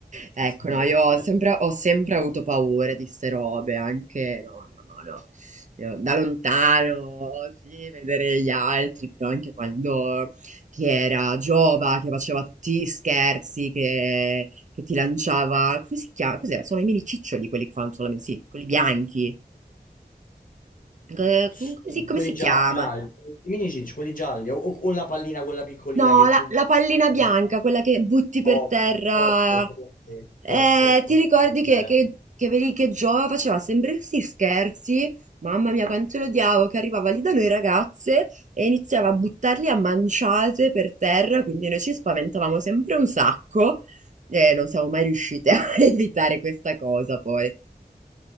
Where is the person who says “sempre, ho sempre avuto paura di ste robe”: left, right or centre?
Right